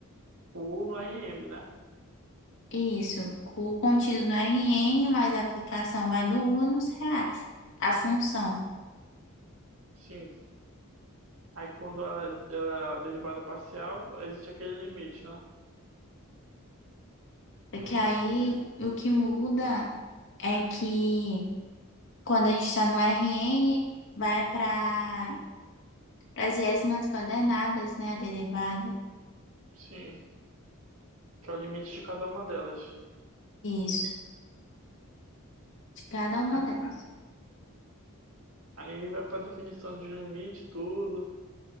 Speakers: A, on the right; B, on the left.
A: O U no R M, né?
B: Isso, o contido no RN, mas a aplicação vai do U nos reais, a função.
A: Sim. Aí quando ela, ela é derivada parcial, existe aquele limite, né?
B: Porque aí o que muda é que Quando a gente está no RN, vai para as iésimas coordenadas, né? A derivada.
A: Sim. Que é o limite de cada uma delas.
B: Isso, de cada uma
A: Aí
B: delas.
A: aí vai pra definição de limite, tudo.